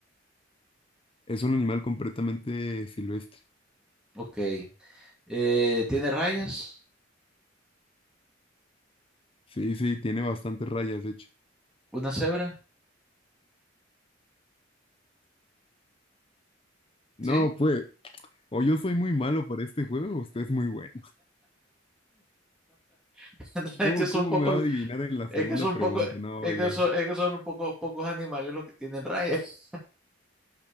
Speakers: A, on the left; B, in the centre.
A: Es un animal completamente silvestre.
B: Ok, eh, ¿tiene rayas?
A: Sí, sí, tiene bastantes rayas, de hecho.
B: ¿Una cebra?
A: No,
B: ¿Sí?
A: pues, o yo soy muy malo para este juego, o usted es muy bueno.
B: <laughs> Es
A: ¿Cómo,
B: que son
A: cómo
B: pocos,
A: me va a adivinar en la
B: es
A: segunda
B: que son
A: pregunta?
B: pocos,
A: No,
B: es
A: oiga.
B: que son, es que son un poco, pocos animales los que tienen rayas.